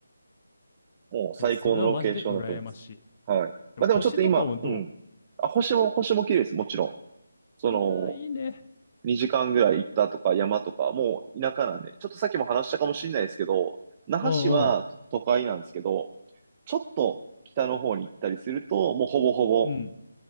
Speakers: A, on the right; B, on the left.
A: もう最高のロケーションだと思います。
B: いや、それはマジで羨ましい。
A: はい。
B: でも星とかもど
A: まあ、でもちょっと今、うん。あ、星も、星も綺麗です、もちろん。その、
B: ういやー、いいね。
A: 2時間ぐらい行ったとか山とか、もう田舎なんで、ちょっとさっきも話したかもしれないですけど、那覇市は都会なんですけど、
B: うんうん。
A: ちょっと北の方に行ったりすると、もうほぼほぼ
B: うん。